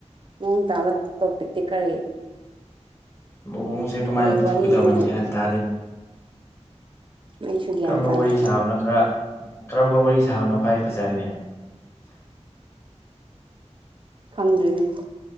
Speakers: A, on the right (about 45°); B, on the left (about 20°).
A: ꯃꯑꯣꯡ ꯇꯥꯕ ꯇꯣꯄꯤꯛꯇꯤ ꯀꯔꯤ
B: ꯃꯑꯣꯡꯁꯦ ꯀꯃꯥꯏꯅ
A: ꯀꯔꯤ
B: ꯄꯨꯊꯣꯛꯈꯤꯗꯕꯒꯦ
A: ꯋꯥꯔꯤꯅꯣ
B: ꯒ꯭ꯌꯥꯟ ꯇꯥꯗꯦꯅꯦ
A: ꯑꯩꯁꯨ ꯒ꯭ꯌꯥꯟ
B: ꯀꯔꯝꯕ
A: ꯇꯥꯗꯦ
B: ꯋꯥꯔꯤ ꯁꯥꯕꯅꯣ ꯈꯔ ꯀꯔꯝꯕ ꯋꯥꯔꯤ ꯁꯥꯕꯅ ꯈ꯭ꯋꯥꯏ ꯐꯖꯒꯅꯤ
A: ꯈꯪꯗ꯭ꯔꯦꯅꯤ